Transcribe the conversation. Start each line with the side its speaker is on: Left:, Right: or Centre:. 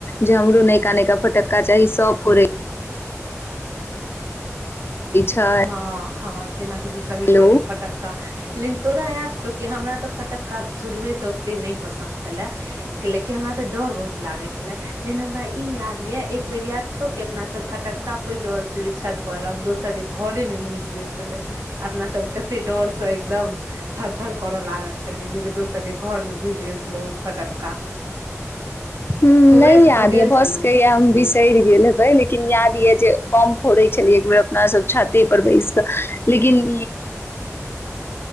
Left: जे हमरो नयका नयका फटक्का चाही सभ फोड़ै छै
Right: हँ हँ जेना किू सही
Left: हेलो
Right: कहली फटक्का लेकिन तोरा याद छौ की हमरा तऽ फटक्का शुरुए से ओते नहि पसंन्द छले क लेकी हमरा ते डर बहुत लागे छले लेकिन हमरा ई याद ये एक बेर याद छौ कि अपना सब फटक्का फोड़ि रहल छल छत पर आ दोसर घरे मे घुस गेल छलै अपना सब कते डर से एकदम थर थर करऽ लागल छलियै जेक दोसर के घर मे घुस गेल छलै ओ फटक्का
Left: ह
Right: तोरे
Left: नहि
Right: से
Left: याद
Right: तऽ
Left: यऽ
Right: गेल
Left: बसके
Right: छलू
Left: या हम बिसरि गेल हेबै लेकिन याद ये जे बम फोड़ै छलियै एक बेर अपनासभ छातेपर बैस कऽ लेकिन